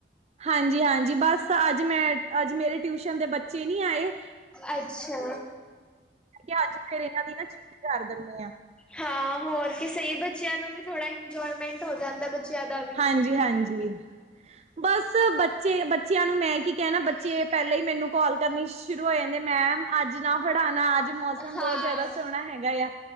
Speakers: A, on the right; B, in the centre.
A: ਹਾਂਜੀ-ਹਾਂਜੀ ਬਸ, ਅੱਜ ਮੈਂ ਅੱਜ ਮੇਰੀ ਟਿਊਸ਼ਨ ਦੇ ਬੱਚੇ ਨੀ ਆਏ।
B: ਅੱਛਾ।
A: ਤੇ ਅੱਜ ਫਿਰ ਏਨਾਂ ਦੀ ਨਾਂ ਛੁੱਟੀ ਕਰ ਦਿੰਨੇ ਆਂ।
B: ਹਾਂ, ਹੋਰ ਕੀ ਸਈ ਏ। ਬੱਚਿਆਂ ਨੂੰ ਵੀ ਥੋੜਾ ਇੰਜੋਏਮੈਂਟ ਹੋ ਜਾਂਦਾ ਬੱਚਿਆਂ ਦਾ ਵੀ।
A: ਹਾਂਜੀ-ਹਾਂਜੀ, ਬਸ ਬੱਚੇ ਬੱਚਿਆਂ ਨੂੰ ਮੈਂ ਕੀ ਕਹਿਣਾ ਬੱ ਚੇ ਪੈਲਾਂ ਈ ਮੈਨੂੰ ਕਾਲ ਕਰਨੀ ਸ਼ੁਰੂ ਹੋ ਜਾਂਦੇ ਮੈਮ ਅੱਜ ਨਾ ਪੜ੍ਹਾਣਾ ਅੱਜ ਮੌਸਮ
B: ਹਾਂ
A: ਬੋਹੋਤ ਜਿਆਦਾ ਸੋਹਣਾ ਹੈਗਾ ਏਆ,